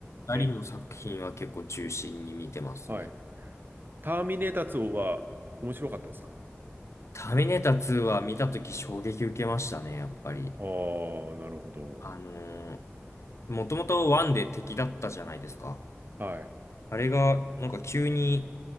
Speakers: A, on the left; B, on the right.
A: 二人の作品は結構中心に見てますね。
B: え、はい。ターミネーター2は面白かったですか
A: ターミネーター2は見たとき衝撃受けましたね、やっぱり。
B: ああー、なるほど。
A: あのー、もともと1で敵だったじゃないですか。
B: はい。
A: あれが、なんか急に、